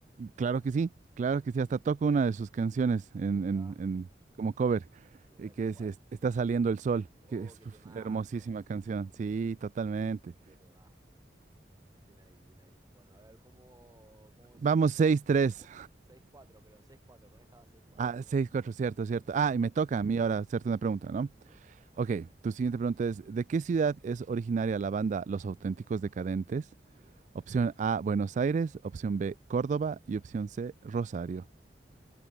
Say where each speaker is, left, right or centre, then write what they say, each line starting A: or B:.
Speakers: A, on the right; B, on the right.
A: Claro que sí, claro
B: Mm,
A: que sí, hasta toco una de sus canciones en,
B: ahí
A: en,
B: va.
A: en- como cover,
B: Qué buena,
A: eh, que
B: ¿cuál?
A: es, es- Está saliendo el sol,
B: Oh,
A: que es
B: qué temazo.
A: uf, hermosísima canción, sí, totalmente.
B: Qué temazo. Bien ahí, bien ahí. Bueno, a ver cómo, cómo
A: Vamos,
B: sigues.
A: seis tres
B: seis cuatro creo. seis cuatro. con esta va seis cuatro
A: ah,
B: creo.
A: seis cuatro, cierto, cierto. Ah,
B: Ujú,
A: y me toca a mí ahora hacerte una
B: ujú,
A: pregunta, ¿no?
B: ujú.
A: Ok, tu siguiente pregunta es, ¿de qué ciudad es originaria la banda Los Auténticos Decadentes?
B: Uh,
A: Opción A, Buenos Aires, opción B, Córdoba y opción C, Rosario.